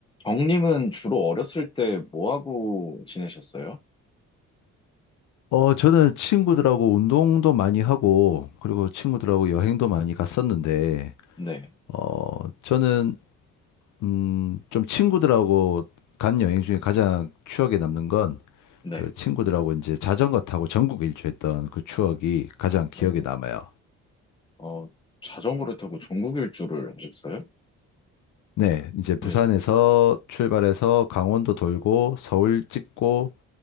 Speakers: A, on the left; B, on the left.
A: 경님은 주로 어렸을 때 뭐 하고 지내셨어요?
B: 어, 저는 친구들하고 운동도 많이 하고, 그리고 친구들하고 여행도 많이 갔었는데,
A: 네,
B: 어, 저는, 음, 좀 친구들하고 간 여행 중에 가장 추억에 남는 건,
A: 네.
B: 그 친구들하고 이제 자전거 타고 전국 일주했던 그 추억이 가장 기억에
A: 아이고,
B: 남아요.
A: 어, 자전거를 타고 전국 일주를 하셨어요?
B: 네, 이제 부산에서
A: 네,
B: 출발해서 강원도 돌고, 서울 찍고,